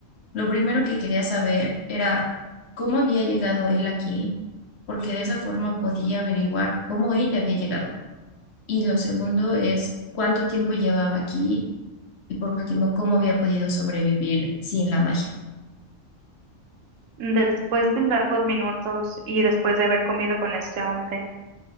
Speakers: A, on the left; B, on the right.
A: Lo primero que quería saber era cómo había llegado él aquí, porque de esa forma podía averiguar cómo ella había llegado. Y lo segundo es cuánto tiempo llevaba aquí y por último, cómo había podido sobrevivir sin la magia.
B: Después de largos minutos y después de haber comido con este hombre,